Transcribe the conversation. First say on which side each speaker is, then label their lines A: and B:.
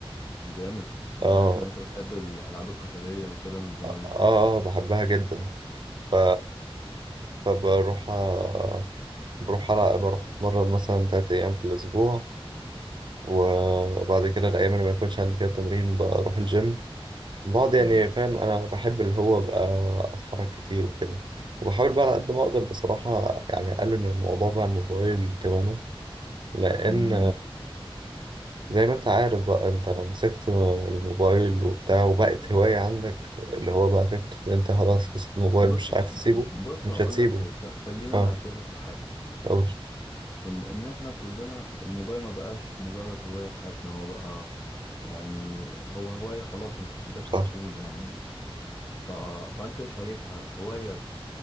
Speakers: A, on the left (about 30°); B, on the right (about 50°).
A: جامد انا
B: اه
A: عارف ان انت بتحب الالعاب القتاليه وكده من زمان
B: اه آه، بحبها جدا ف... فبروح أ- بروح ألعب بروح اتمرن مثلا تلات ايام في الاسبوع وبعد كده الايام اللي ما يكونش عندي فيها تمرين بروح الجيم بعض يعني
A: مم.
B: فاهم انا بحب اللي هو ابقى اتحرك كتير وكده وبحاول بقى على قد ما اقدر بصراحة يعني اقلل من الموضوع بقى على الموبايل تماما لان
A: مم.
B: زي ما انت عارف بقى انت لو مسكت الموبايل وبتاع وبقت هواية عندك اللي هو بقى فكرة ان انت خلاص مسكت الموبايل
A: بص
B: مش عارف تسيبه
A: بص
B: مش
A: هقول
B: هتسيبه
A: لك حاجه خ- خلينا
B: اه
A: نعترف بحاجه
B: اقول
A: ان ان احنا كلنا الموبايل ما بقاش مجرد هواية في حياتنا هو بقى يعني هو هواية خلاص انت في ايدك
B: صح
A: على طول يعني ف... فانت شايفها هواية